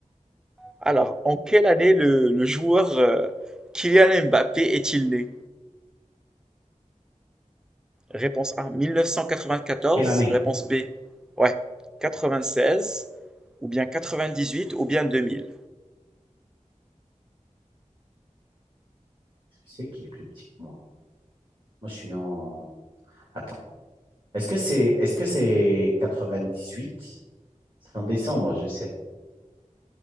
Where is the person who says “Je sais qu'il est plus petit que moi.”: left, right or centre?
Right